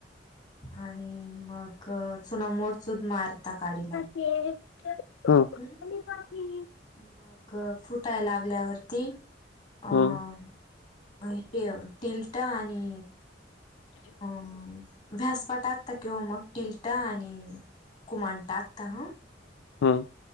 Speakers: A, on the left (about 40°); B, on the left (about 80°).
A: आणि मग चूना मोरचूद मारता काडीला.
B: हे कोण हा
A: हम्म
B: आणि बागी.
A: मग फुटाय लागल्यावरती अ म
B: हो
A: हे तेय टिलटा आणि अ झासपा टाकता किंवा मग टिलटा आणि कुमाण टाकता हं.
B: हां.